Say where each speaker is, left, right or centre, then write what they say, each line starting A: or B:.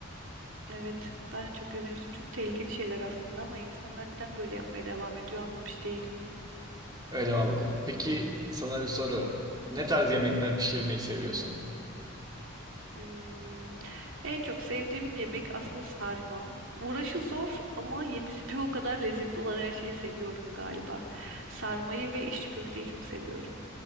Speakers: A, on the right (about 70°); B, on the right (about 20°).
A: Evet, ben de çok izlemiştim. Çok tehlikeli şeyler aslında ama insanlar neden böyle yapmaya devam ediyor anlamış değilim.
B: Öyle valla. Peki sana bir soru. Ne tarz yemekler pişirmeyi seviyorsun?
A: Hmm. En çok sevdiğim yemek aslında sarma. Uğraşı zor ama yemesi bir o kadar lezzetli olan her şeyi seviyorum galiba. Sarmayı ve içli köfteyi çok seviyorum.